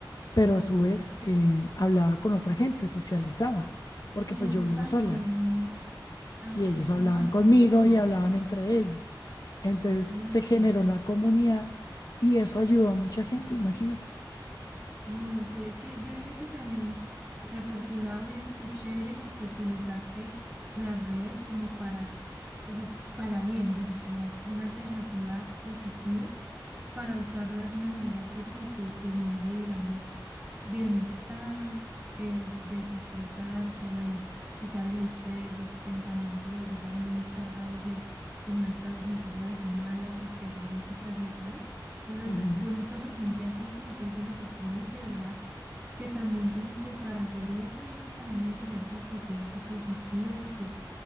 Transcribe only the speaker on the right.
Y
ellos
también.
Ay,
cl-
no, y
peor,
eso.
No, sí, es que yo digo que también, o sea, por tu lado y eso qué chévere porque utilizaste las redes como para, o sea, para bien, digo, como una alternativa positiva, para usarlas de una manera que sí, que, que genere, digamos, bienestar, eh, desestresarse, bueno, quitar el estrés, los pensamientos así ya muy cargados de como estas noticias así malas y terroríficas y de todo. Entonces,
bonito por gente así, como tú dices, los streamers de verdad, que también como que para hacer eso, digo, también deben tener esa actitud así positiva, porque